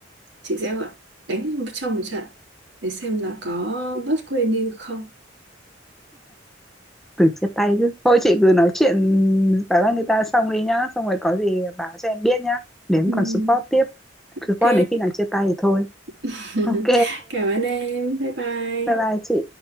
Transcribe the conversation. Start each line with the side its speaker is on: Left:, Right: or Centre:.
Right: chị sẽ gọi- đánh cho một trận để xem là có bớt quên đi được không
Centre: từ chia tay chứ thôi chị cứ nói chuyện bài văn người ta xong đi nhá xong rồi có gì báo cho em biết nhá để em
Right: Ừm,
Centre: còn support tiếp
Right: ok
Centre: support đến khi nào chia tay thì thôi
Right: <laughs>
Centre: ok
Right: cảm ơn em bye bye
Centre: <laughs> bye bye chị